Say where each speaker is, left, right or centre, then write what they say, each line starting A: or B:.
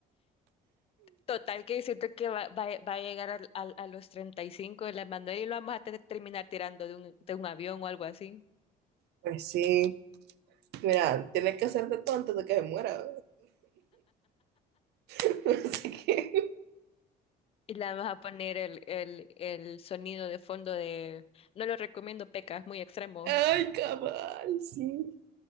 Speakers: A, on the left; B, on the right.
A: Total que siento que va, va, va a llegar al- al- a, los 35 de la Manuel y lo vamos a te- terminar tirando de un, de un avión o algo así.
B: Pues sí, mira, tiene que hacer de todo antes de que se muera. <laughs> Así que,
A: Y le vamos a poner el, el, el sonido de fondo de... No lo recomiendo, Peca, es muy extremo.
B: ay, cabal, sí.